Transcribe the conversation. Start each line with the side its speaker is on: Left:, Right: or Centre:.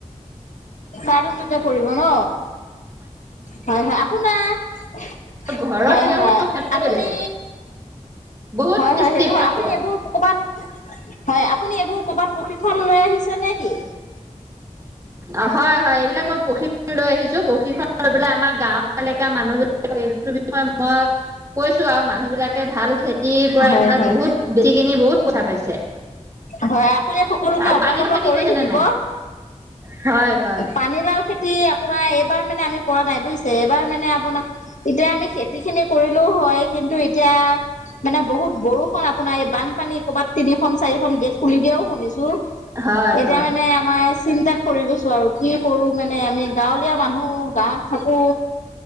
Left: কাৰ্টুনটোতে পৰিব ন হয় হয় আপোোনাৰ
Right: ঘৰত
Left: হয়
Right: তিয়হৰ
Left: হয়
Right: সোৱাদে
Left: আপুনি
Right: বেলেগ বহুত
Left: হয়
Right: টেষ্টি
Left: হয় সেইটো হয়
Right: পাব
Left: আপুনি এইবোৰ কৰবাত হয় আপুনি এইবোৰ কৰবাত কপি ফল লৈ আহিছে নেকি
Right: অ' হয় হয় এইবিলাক মই পঢ়ি লৈ আহিছো প্ৰশিক্ষণ লৈলে আমাৰ গাঁও এলেকা মানুহ বিলাক এই বিষয়ে মই কৈছো আৰু মানুহ বিলাকে ভাল খেতিৰ পৰা
Left: হয়
Right: এইবিলাক
Left: হয়
Right: বহুত বেচি কিনি বহুত পইথাা পাইছে
Left: হয় আপুনি সকলোকে
Right: আৰু
Left: অৱগত
Right: পানীৰ খেতি
Left: কৰি
Right: কৰিছে
Left: থাকিব
Right: নে নাই হয় হয়
Left: পানীলাও খেতি আপোনাৰ এইবাৰ মানে আমি কৰা নাই বুজিছে এইবাৰ মানে আপোনাৰ এতিয়া আমি খেতি খিনি কৰিলো হয় কিন্তু এতিয়া মানে বহুত বৰষুণ আপোনাৰ এই বানপানী ক'বাত তিনিখন চাৰিখন গেট খুলি দিয়াও শুনিছো
Right: হয়
Left: এতিয়া
Right: হয়
Left: মানে আমাৰ চিন্তাত পৰি গৈছো আৰু কি কৰো মানে আমি গাঁৱলীয়া মানুহ গাঁৱত থাকো